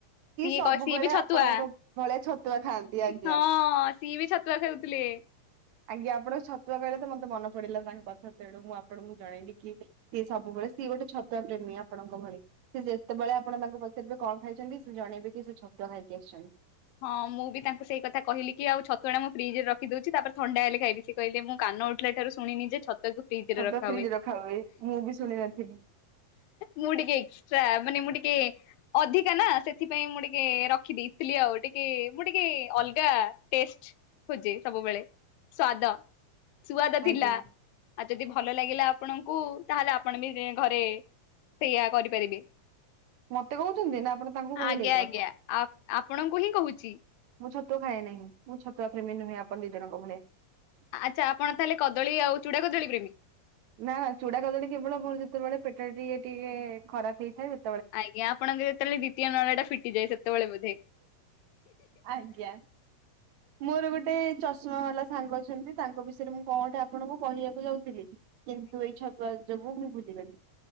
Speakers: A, on the left (about 85°); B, on the right (about 70°).
A: ସିଏ
B: ସବୁବେଳେ
A: କ ସିଏ ବି ଛତୁଆ
B: ଆପଣଙ୍କ ଭଳିଆ ଛତୁଆ ଖାଆନ୍ତି ଆଜ୍ଞା।
A: ହଁ ସିଏ ବି ଛତୁଆ ଖେଉଥିଲେ।
B: ଆଜ୍ଞା ଆପଣଙ୍କ ଛତୁଆ କହିଲେ ତ ମତେ ମନ ପଡିଲା ତାଙ୍କ ପଥା ତେଣୁ ମୁଁ ଆପଣଙ୍କୁ ଜଣେଇବି କି ସି ସବୁ ସିଏ ଗୋଟେ ଛତୁଆ ପ୍ରେମୀ ଆପଣଙ୍କ ଭଳି ସେ ଯେତେବେଳେ ଆପଣ ତାଙ୍କ ପଚାରିବେ କଣ ଖାଇଛନ୍ତି ସେ ଜଣେଇବେ କି ଛତୁଆ ଖାଇକି ଆସିଛନ୍ତି।
A: ହଁ ମୁଁ ବି ତାଙ୍କୁ ସେଇ କଥା କହିଲି କି ଆଉ ଛତୁଆ ଟା ମୁଁ ଫ୍ରିଜ ରେ ରଖ ଦଉଛି ତାପରେ ଥଣ୍ଡା ହେଲେ ଖାଇବି ସେ କହିଲେ ମୁଁ କାନ ଉଠିଲା ଠାରୁ ଶୁଣିନି ଛତୁଆ କୁ ଫ୍ରିଜରେ
B: ସଦା
A: ରଖା
B: ଫ୍ରିଜ
A: ହୁଏ।
B: ମୁଁ ବି ଶୁଣି ନଥିଲି।
A: ମୁଁ ଟିକେ ଏକ୍ସଟ୍ରା ମାନେ ମୁଁ ଟିକେ ଟିକେ ଅଧିକା ନା ସେଥିପାଇଁ ମୁଁ ଟିକେ ରଖିଦେଇ ଥିଲି ଆଉ। ଟିକେ ମୁଁ ଟିକେ ଅଲଗା ଟେଷ୍ଟ ଖୋଜେ ସବୁବେଳେ ସ୍ୱାଦ। ସୁଆଦ ଥିଲା
B: ଆଜ୍ଞା।
A: ଆଉ ଯଦି ଭଲ ଲାଗିଲା ଆପଣଙ୍କୁ ତାହେଲେ ଆପଣ ବି ଏଁ ଘରେ ସେଇଆ କରିପାରିବେ।
B: ମତେ କହୁଛନ୍ତି ନା ଆପଣ ତାଙ୍କୁ କହିଲେ
A: ଆଜ୍ଞା
B: ଏଇଟି କଥା?
A: ଆଜ୍ଞା ଆ ଆପଣଙ୍କୁ ହିଁ କହୁଚି।
B: ମୁଁ ଛତୁଆ ଖାଏ ନାହିଁ ମୁଁ ଛତୁଆ ପ୍ରେମ ନୁହେଁ ଆପଣ ଦି ଜଣଙ୍କ ଭଳିଆ।
A: ଆଚ୍ଛା ଆପଣ ତାହେଲେ କଦଳୀ ଆଉ ଚୁଡ଼ା କଦଳୀ ପ୍ରେମୀ।
B: ନା ନା ଚୂଡା କଦଳୀ କେବଳ ମୋର ଯେତେବେଳେ ପେଟ ଟିକେ ଟିକେ ଖରାପ ହେଇଥାଏ ସେ
A: ଆଜ୍ଞା ଆପଣଙ୍କ ଯେତେବେଳେ ଦ୍ଵିତୀୟ ନଳା ଟା ଫିଟିଯାଏ ସେତେବେଳେ ବୋଧେ।
B: ଆଜ୍ଞା। ମୋର ଗୋଟେ ଚଷ ଶୁଣା ବାଲା ସାଙ୍ଗ ଅଛନ୍ତି ତାଙ୍କ ବିଷୟରେ ମୁଁ କଣଗୋଟେ ଆପଣଙ୍କୁ କହିବାକୁ ଯାଉଥିଲି କିନ୍ତୁ ଏଇ ଛତୁଆ ସବୁ ମୁଁ ଭୁଲିଗଲି।